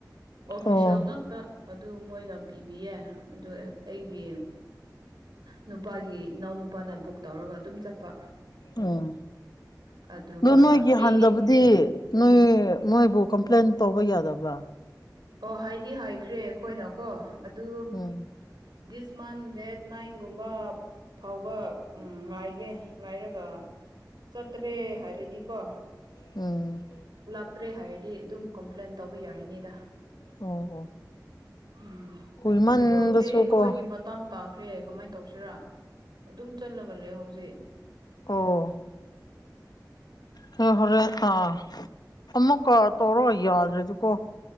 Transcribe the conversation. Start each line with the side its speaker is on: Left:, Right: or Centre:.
Right: ꯑꯣꯐꯤꯁꯦꯜ
Left: ꯑꯣ
Right: ꯉꯥꯛꯇ ꯑꯗꯨ ꯃꯣꯏꯅ ꯄꯤꯕꯤꯌꯦ ꯑꯗꯨ ꯑꯩꯒꯤ ꯅꯨꯄꯥꯒꯤ ꯏꯅꯥꯎ ꯅꯨꯄꯥꯅ ꯕꯨꯛ ꯇꯧꯔꯒ ꯑꯗꯨꯝ ꯆꯠꯄ
Left: ꯑꯣ
Right: ꯑꯗꯨꯒ
Left: ꯑꯣ ꯅꯣꯏꯒꯤ
Right: ꯑꯩ
Left: ꯍꯟꯊꯕꯨꯗꯤ
Right: ꯎꯝ
Left: ꯅꯣꯏ ꯅꯣꯏꯕꯨ ꯀꯝꯄ꯭ꯂꯦꯟ ꯇꯧꯕ ꯌꯥꯗꯕ꯭ꯔꯥ
Right: ꯑꯣ ꯍꯥꯏꯗꯤ ꯍꯥꯏꯈ꯭ꯔꯦ ꯑꯩꯈꯣꯏꯅ ꯀꯣ ꯑꯗꯨ
Left: ꯎꯝ
Right: ꯗꯤꯁ ꯃꯟ ꯗꯦꯠ ꯅꯥꯏꯟꯒꯨꯝꯕ ꯐꯥꯎꯕ ꯎꯝ ꯉꯥꯏꯒꯦ ꯉꯥꯏꯔꯒ ꯆꯠꯇ꯭ꯔꯦ ꯍꯥꯏꯔꯗꯤꯀꯣ
Left: ꯎꯝ
Right: ꯂꯥꯛꯇ꯭ꯔꯦ ꯍꯥꯏꯔꯗꯤ ꯑꯗꯨꯝ ꯀꯝꯄ꯭ꯂꯦꯟ ꯇꯧꯕ ꯌꯥꯔꯅꯤꯗ
Left: ꯑꯣ ꯑꯣ
Right: ꯎꯝ
Left: ꯀꯨꯏꯃꯟꯕꯁꯨꯀꯣ
Right: ꯑꯗꯨ ꯍꯧꯖꯤꯛ ꯑꯩꯈꯣꯏꯒꯤ ꯃꯇꯝ ꯇꯥꯈ꯭ꯔꯦ ꯀꯃꯥꯏꯅ ꯇꯧꯁꯤꯔ ꯑꯗꯨꯝ ꯆꯠꯂꯒ ꯂꯩ ꯍꯧꯖꯤꯛ
Left: ꯑꯣ ꯍ ꯍꯣꯔꯦ ꯑꯥ ꯑꯃꯃꯀ ꯆꯔꯣ ꯌꯥꯗꯔꯦꯗꯨꯀꯣ